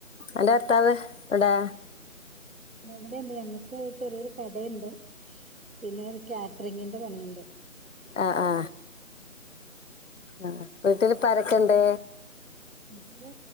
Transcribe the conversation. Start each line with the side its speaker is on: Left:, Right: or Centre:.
Left: അന്റെറെ ഭർത്താവ് വിടേ?
Right: വിടെണ്ട് ഞങ്ങക്ക് ചെറിയൊരു കടയി ണ്ട് പിന്നെ ഒരു കാറ്ററിങ്ങിന്റെ പണിയുണ്ട്
Left: ആ ആ ആ. വീട്ടില് പ്പാരക്കെ ണ്ട്‌?
Right: വീട്ടില്